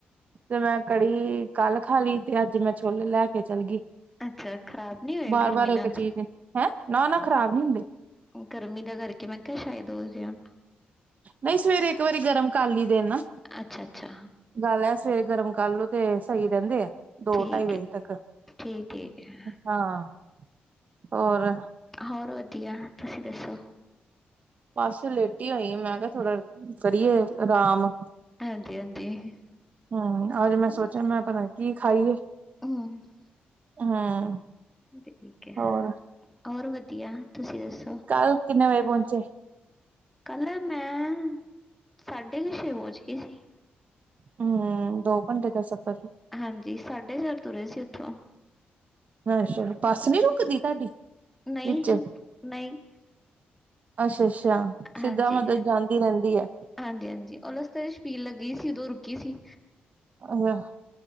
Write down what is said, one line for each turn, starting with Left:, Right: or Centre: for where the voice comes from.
Right: ਤੇ ਮੈਂ ਕੜੀ ਕੱਲ੍ਹ ਖਾ ਲੀ ਤੇ ਅੱਜ ਮੈਂ ਛੋਲੇ ਲੈ ਕੇ ਚੱਲ ਗੀ।
Centre: ਅੱਛਾ ਖ਼ਰਾਬ ਨਹੀਂ ਹੋਏ
Right: ਬਾਰ-ਬਾਰ
Centre: ਗਰਮੀ
Right: ਏਕ
Centre: ਨਾਲ
Right: ਚੀਜ਼ ਹੈਂ, ਨਾ-ਨਾ ਖ਼ਰਾਬ ਨੁ ਹੁੰਦੇ।
Centre: ਗਰਮੀ ਦਾ ਕਰਕੇ ਮੈਂ ਕਿਹਾ ਸ਼ਾਇਦ ਹੋ ਗਿਆ ਹੁਣ
Right: ਨਹੀਂ ਸਵੇਰੇ ਇੱਕ ਵਾਰੀ ਗਰਮ ਕਰਲੀ ਦੇ ਨਾ।
Centre: ਅੱਛਾ ਅੱਛਾ।
Right: ਗੱਲ ਹੈ ਸਵੇਰੇ ਗਰਮ ਕਰ ਲੋ ਤੇ ਸਹੀ ਰਹਿੰਦੇ ਆ ਦੋ
Centre: ਠੀਕ
Right: ਢਾਈ ਵਜੇ
Centre: ਹੈ
Right: ਤੱਕ,
Centre: ਠੀਕ ਠੀਕ ਹੈ
Right: ਹਾਂ ਹੋਰ
Centre: ਹੋਰ ਵਧੀਆ, ਤੁਸੀਂ ਦੱਸੋ?
Right: ਬੱਸ ਲੇਟੀ ਹੋਈ ਆ ਮੈਂ ਕਿਆ ਥੋੜਾ, ਕਰੀਏ ਆਰਾਮ।
Centre: ਹਾਂਜੀ ਹਾਂਜੀ।
Right: ਹਮ ਅੱਜ
Centre: ਹਮ
Right: ਮੈਂ ਸੋਚਿਆ ਮੈਂ ਪਤਾ ਕੀ ਖਾਈਏ-
Centre: ਹਮ
Right: ਹੂੰ,
Centre: ਠੀਕ ਹੈ
Right: ਹੋਰ।
Centre: ਹੋਰ ਵਧੀਆ, ਤੁਸੀਂ ਦੱਸੋ?
Right: ਕੱਲ ਕਿੰਨੇ ਵਜੇ ਪੋੰਚੇ?
Centre: ਕੱਲ੍ਹ ਮੈਂ ਸਾਢੇ ਕੁ ਛੇ ਪਹੁੰਚ ਗਈ ਸੀ।
Right: ਹੂੰ, ਦੋ ਘੰਟੇ ਦਾ ਸਫਰ।
Centre: ਹਾਂਜੀ ਸਾਢੇ ਚਾਰ ਤੁਰੇ ਸੀ ਉੱਥੋਂ,
Right: ਅੱਛਾ- ਬੱਸ ਨਹੀਂ ਰੁਕਦੀ ਤੁਹਾਡੀ
Centre: ਨਹੀਂ
Right: ਵਿੱਚ
Centre: ਨਹੀਂ।
Right: ਅੱਛਾ ਅੱਛਾ, ਸਿੱਧਾ
Centre: ਹਾਂਜੀ
Right: ਮਤਲਬ ਜਾਂਦੀ ਰਹਿੰਦੀ ਏ।
Centre: ਹਾਂਜੀ ਹਾਂਜੀ <unintelligible> ਸ਼ਬੀਲ ਲੱਗੀ ਸੀ ਉਦੋਂ ਰੁਕੀ ਸੀ।
Right: ਅ